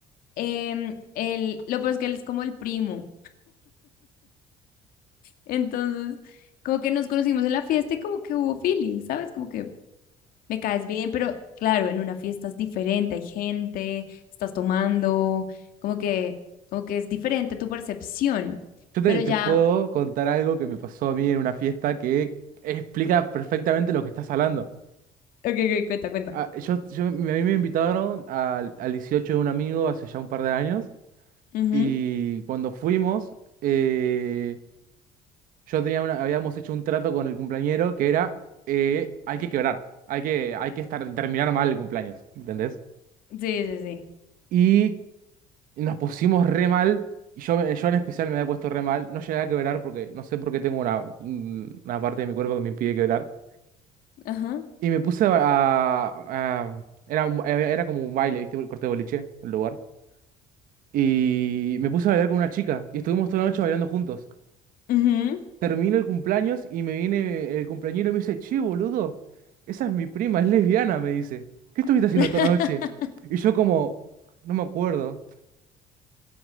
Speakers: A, on the left; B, on the right.
A: em, él, lo peor es que él es como el primo. Entonces, como que nos conocimos en la fiesta y como que hubo feeling, ¿sabes? Como que me caes bien, pero claro, en una fiesta es diferente, hay gente, estás tomando, como que, como que es diferente tu percepción,
B: Yo te,
A: pero
B: te
A: ya,
B: puedo contar algo que me pasó a mí en una fiesta que explica perfectamente lo que estás hablando.
A: ok, ok, cuenta,
B: Ah, yo, yo- a mí me invitaron al, al 18 de un amigo hace ya un par de años
A: cuenta.
B: y cuando fuimos, eh, yo tenía una, habíamos hecho un trato con el cumpleañero que era, eh, hay que quebrar, hay que, hay que estar, terminar mal el cumpleaños, ¿entendés?
A: Sí, sí, sí.
B: Y Y nos pusimos re mal. y Yo, yo en especial me había puesto re mal. No llegué a quebrar porque no sé por qué tengo una, un- una parte de mi cuerpo que me impide quebrar.
A: Ajá.
B: Y me puse a... a- a- era, un- era como un baile, ¿viste? El corte de boliche, el lugar. Y me puse a bailar con una chica. Y estuvimos toda la noche bailando juntos.
A: Ujú.
B: Termino el cumpleaños y me viene el cumpleañero y me dice, che, boludo, esa es mi prima, es lesbiana, me dice. ¿Qué estuviste haciendo
A: <laughs>
B: toda la noche? Y yo como, no me acuerdo.